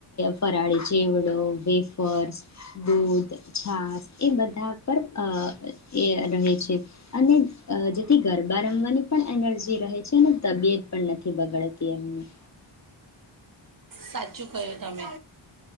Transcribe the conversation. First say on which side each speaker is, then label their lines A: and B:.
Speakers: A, on the left; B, on the right.
A: ફરાળી ચેવડો, વેફર્સ, દૂધ, છાસ એ બધા પર એ રહે છે અને જેથી ગરબા રમવાની પણ એનર્જી રહે છે અને તબિયત પણ નથી બગાડતી એમની.
B: સાચું કહ્યું તમે